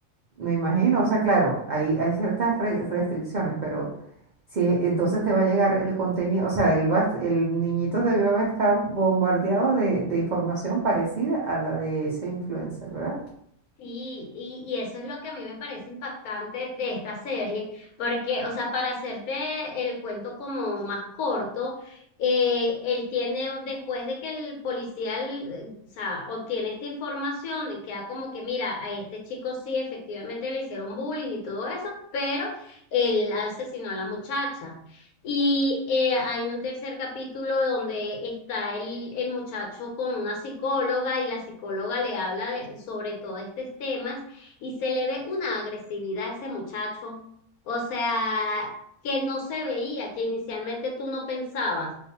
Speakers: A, on the right (about 75°); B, on the left (about 80°).
A: me imagino, o sea, claro, hay, hay ciertas re- restricciones, pero si entonces te va a llegar el contenido, o sea, él va, a est- el niñito debió haber estado bombardeado de, de información parecida a la de ese influencer, ¿verdad?
B: Sí, y, y eso es lo que a mí me parece impactante de esta serie, porque, o sea, para hacerte el cuento como más corto, eh, él tiene, después de que el policía, eh, o sea, obtiene esta información, y queda como que, mira, a este chico sí, efectivamente le hicieron bullying y todo eso, pero él asesinó a la muchacha. Y eh, hay un tercer capítulo donde está el, el muchacho con una psicóloga y la psicóloga le habla de- sobre todos estos temas y se le ve una agresividad a ese muchacho, o sea, que no se veía, que inicialmente tú no pensabas.